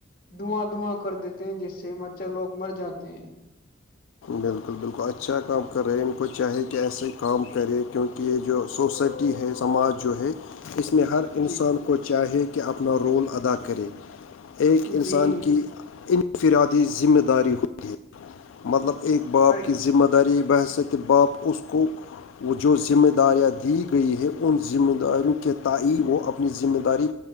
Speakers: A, on the left; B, on the left.
A: دھواں دھواں کر دیتے ہیں جس سے مچھر لوگ مر جاتے ہیں
B: بالکل بالکل اچھا کام کر رہے ہیں ان کو چاہے کہ ایسے ہی کام کرے کیونکہ یہ جو سوسائٹی ہے سماج جو ہے اس میں ہر انسان
A: جی
B: کو چاہیے کہ اپنا رول ادا کرے ایک انسان
A: جی
B: کی انفرادی ذمہ داری ہو مطلب ایکک باپ
A: ارے
B: کی ذمہ داری بہیثےت باپ اس کو وہ جو ذمہ داریاں دی گئی ہے ان ذمہ داریوں کے تائ وہ اپنی ذمہ داری